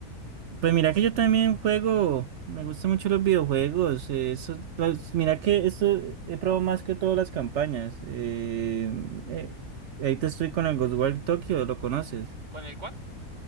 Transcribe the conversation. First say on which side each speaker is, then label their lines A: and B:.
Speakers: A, on the right; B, on the right.
A: Pues mira que yo también juego, me gustan mucho los videojuegos, eh, eso, pues mira que esto he probado más que todas las campañas. Eh, eh, ahorita estoy con el Ghostwire Tokyo, ¿lo conoces?
B: ¿Con el cual?